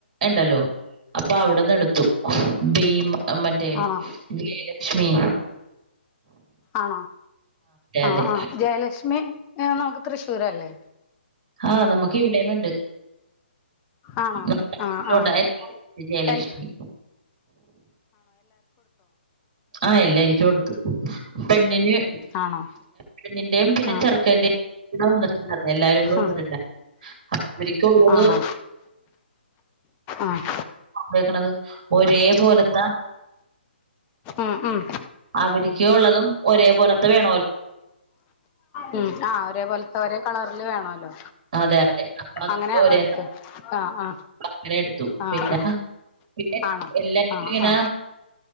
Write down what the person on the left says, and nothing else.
ആണോ
ആ ആ
ആ ജയലക്ഷ്മി ഏ നമുക്ക് തൃശ്ശൂരല്ലേ
ആണോ
ആ ആ
ഏൽ
ആണോ
ആഹ്
ആഹ്
ആണോ ആഹ്
ഉം ഉം
ഉം ആ ഒരേപോലത്തെ ഒരേ കളറിൽ വേണോല്ലോ
അങ്ങനെയാണോ
എടുത്തെ ആ ആ
ആ
ആ
ആണോ
ആഹ്
ആ